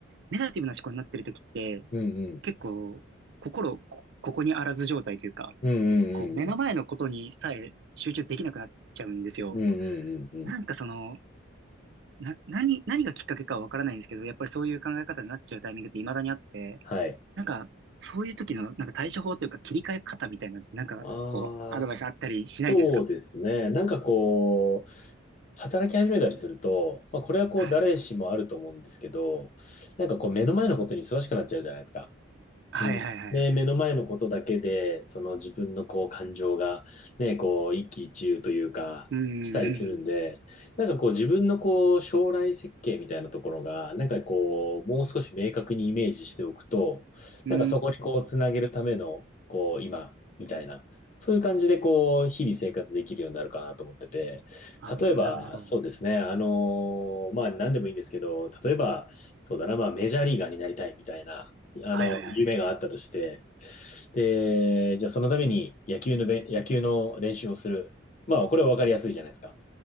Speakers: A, on the right; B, on the left.
A: ネガティブな思考になってる時って
B: うん
A: 結構心こここにあらず状態というか、
B: うんうんうん。
A: こう目の前のことにさえ集中できなくなっちゃうんですよ。
B: うんうんうんうんうんうんうんうんうんうんうんうん
A: なんかその、な、何、何がきっかけかはわからないんですけど、やっぱりそういう考え方になっちゃうタイミングって未だにあって、
B: はい。
A: なんか、そういう時の、なんか対処法というか切り替え方みたいなのって、なんか、
B: ああ、
A: こう、アドバイスあったりしないですか
B: そうですね。なんかこう、働き始めたりすると、まあ、これはこう誰しもあると思うんですけど、
A: はい。
B: なんかこう目の前のことに忙しくなっちゃうじゃないですか。
A: はいはいはいはい。
B: うん。ね、目の前のことだけで、その自分のこう感情が、ね、こう一喜一憂というか、
A: うー
B: したりするんで、
A: ん。
B: なんかこう自分のこう将来設計みたいなところが、なんかこう、もう少し明確にイメージしておくと、
A: うー
B: なんかそこにこうつなげるための、
A: ん。
B: こう今、みたいな、そういう感じでこう、日々生活できるようになるかなと思ってて、
A: ああ、
B: 例えば、
A: なるほど。
B: そうですね、あのまあ何でもいいんですけど、例えば、そうだな、まあメジャーリーガーになりたいみたいな、あの、
A: はいはいはい。
B: 夢があったとして、で、じゃあそのために野球のべん、野球の練習をする。まあ、これは分かりやすいじゃないですか。
A: うん